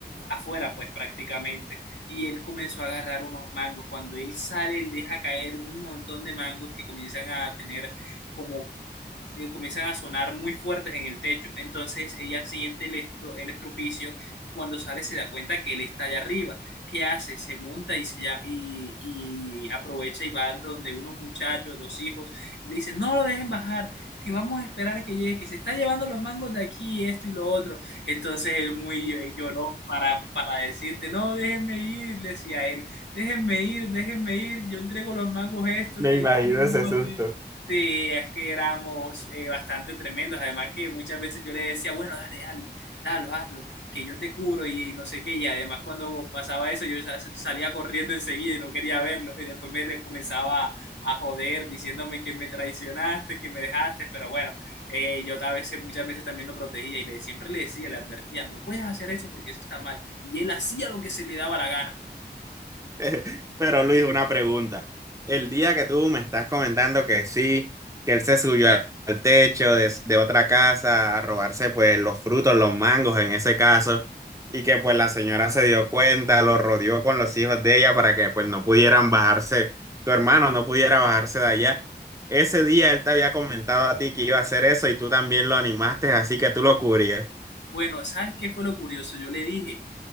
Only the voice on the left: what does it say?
afuera, pues prácticamente y él comenzó a agarrar unos mangos. Cuando él sale, él deja caer un montón de mangos que comienzan a tener como que comienzan a sonar muy fuertes en el techo. Entonces ella siente el, estu- el estrupicio y cuando sale se da cuenta que él está allá arriba. ¿Qué hace? Se monta y, se ya- y, y aprovecha y va donde unos muchachos, dos hijos, y le dicen, no lo dejen bajar, que vamos a esperar que llegue, que se está llevando los mangos de aquí, esto y lo otro. Entonces él muy eh, lloró para, para decirte, no, déjenme ir, decía él, déjenme ir, déjenme ir, yo entrego los mangos esto
que
yo no vuelvo
a hacer. Sí, es que éramos eh, bastante tremendos, además que muchas veces yo le decía, bueno, dale, dale, dalo, hazlo, que yo te cubro y no sé qué, y además cuando pasaba eso yo sa- salía corriendo enseguida y no quería verlo, y después me re- comenzaba a joder diciéndome que me traicionaste, que me dejaste, pero bueno, eh, yo a veces, muchas veces también lo protegía y le, siempre le decía, le advertía, no puedes hacer eso porque eso está mal. Y él hacía lo que se le daba la gana.
Bueno, ¿sabes qué fue lo curioso? Yo le dije,